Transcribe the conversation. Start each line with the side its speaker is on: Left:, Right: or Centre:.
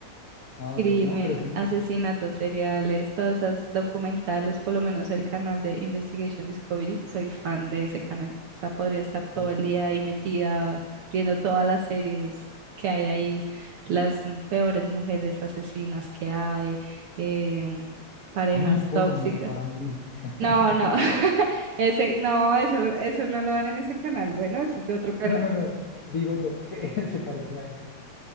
Left: Ah,
Right: crimen,
Left: ok. No, pero sí.
Right: asesinatos
Left: ya.
Right: seriales, todas esas documentales, por lo menos el canal de Investigation Discovery, soy fan de ese canal. O sea, podría estar todo
Left: Ok.
Right: el día ahí metida viendo todas las series que hay ahí, las m- peores mujeres asesinas que hay, em, parejas
Left: Mil formas
Right: tóxicas.
Left: para morir. <laughs>
Right: No, no, <laughs> ese, no, eso, eso no lo dan en ese canal. Bueno, eso es de otro canal.
Left: No, no, no. Digo yo, que <laughs> se pareció a eso?